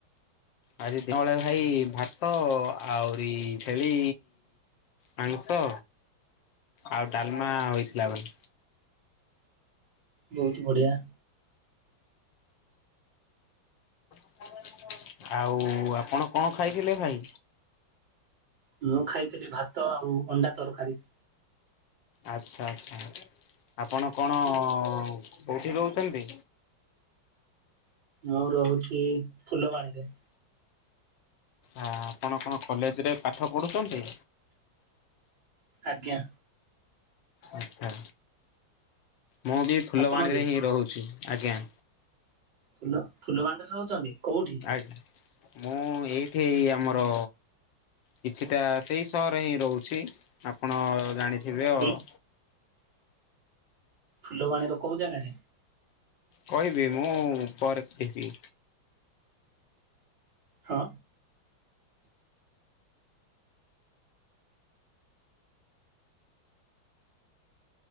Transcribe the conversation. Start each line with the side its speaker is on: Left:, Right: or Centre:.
Left: ଆଜି ଦିନ ବେଳେ ଭାଇ ଭାତ, ଆହୁରି ଛେଳି ମାଂସ, ଆଉ ଡାଲମା ହେଇଥିଲା ବୋଲି
Right: ବହୁତ ବଢିଆ।
Left: <unintelligible> ଆଉ ଆପଣ କଣ ଖାଇଥିଲେ ଭାଇ?
Right: ମୁଁ ଖାଇଥିଲି ଭାତ ଆଉ ଅଣ୍ଡା ତରକାରୀ।
Left: ଆଚ୍ଛା ଆଚ୍ଛା। ଆପଣ କଣ କୋଉଠି ରହୁଛନ୍ତି?
Right: ମୁଁ ରହୁଛି ଫୁଲବାଣୀରେ।
Left: ଆ ଆପଣ କଣ କଲେଜରେ ପାଠ ପଢୁଛନ୍ତି?
Right: ଆଜ୍ଞା।
Left: ଆଚ୍ଛା। ମୁଁ ବି ଫୁଲବାଣୀରେ
Right: ଆପଣ ଯେ
Left: ହିଁ ରହୁଛି। ଆଜ୍ଞା।
Right: !!!!!!!!!!
Left: ଆଜ୍ଞା। ମୁଁ ଏଇଠି ଆମର କିଛିଟା ସେଇ ସହର ହିଁ ରହୁଛି ଆପଣ ଜାଣିଥିବେ
Right: ଫୁ
Left: ଆଉ।
Right: ଫୁଲବାଣିର କୋଉ ଜାଗାରେ?
Left: କହିବି ମୁଁ ପରେ କହିବି।
Right: ହଁ।